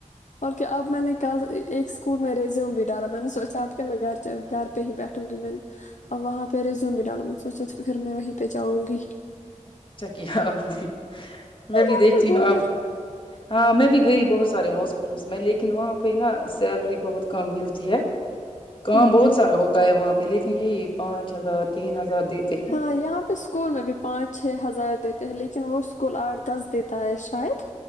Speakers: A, on the left (about 70°); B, on the left (about 40°).
A: اور کیا اب میں نے کل ایک اسکول میں ریزیوم بھی ڈالا میں نے سوچا آپ کے میں گھر گھر پہ ہی بیٹھوں گی میں نے اب وہاں پہ ریزیوم بھی ڈالا میں سوچا تو پھر میں وہیں پہ جاؤں گی
B: اچھا کیا اس نے میں بھی
A: گھر
B: دیکھتی
A: پہ بور
B: ہوں اب ہاں میں بھی گئی بہت سارے ہاسپٹلس میں لیکن وہاں پہ نا سیلری بہت کم ملتی ہے کہاں
A: ہوں
B: بہت سارا ہوتا ہے وہاں پہ لیکن یہی پانچ ہزار تین ہزار دیتے ہیں
A: ہاں یہاں پہ اسکول میں بھی پانچ چھ ہزار دیتے ہیں لیکن وہ اسکول آٹھ دس دیتا ہے شاید